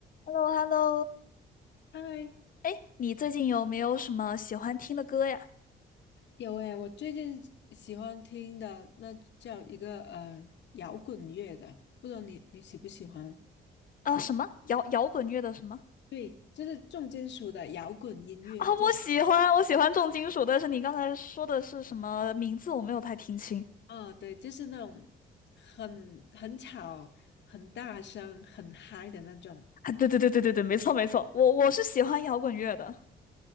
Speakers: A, on the left; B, on the left.
A: h e l l o h e l l o
B: 嗨，
A: 哎，你最近有没有什么喜欢听的歌呀？
B: 有诶，我最近喜欢听的那叫一个呃摇滚乐的，不知道你你喜不喜欢？
A: 啊，什么摇摇滚乐的什么？
B: 对，就是重金属的摇滚音乐，
A: 啊，我喜欢，
B: 就是
A: 我喜欢重金属，但是你刚才说的是什么名字？我没有太听清。
B: 啊、对，就是那种很很吵、很大声、很嗨的那种。
A: 啊，对对对对对对，没错没错，我我是喜欢摇滚乐的。